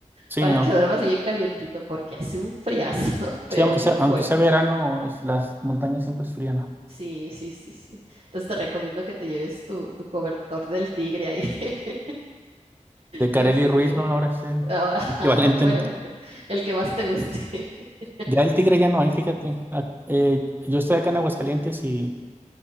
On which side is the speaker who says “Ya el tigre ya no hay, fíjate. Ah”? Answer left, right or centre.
Right